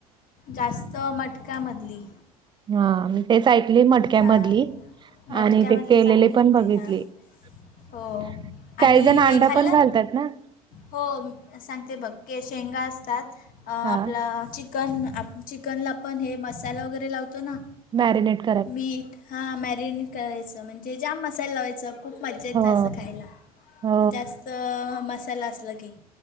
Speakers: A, on the left; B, on the right.
A: जास्त मटकामधली.
B: हा मी तेच ऐकली मटक्यामधली
A: हां मटक्यामधली
B: आणि ते केलेले
A: चांगली
B: पण
A: लागते
B: बघितले.
A: हां
B: <inaudible>
A: हो
B: काही
A: आणि
B: जण अंडा
A: हे खाल्लात
B: पण घालतात ना.
A: हो सांगते बघ शेंगा असतात आपला
B: हा
A: चि कन आप चिकनला पण हे मसाला वगैरे लावतो ना.
B: मॅरीनेट.
A: मीठ हा मॅरिनेट करायचं म्हणजे जाम मसाल लावायचा. खूप मज्जा येत
B: हो
A: असं खायला,
B: हो
A: जास्त मसाला असला की.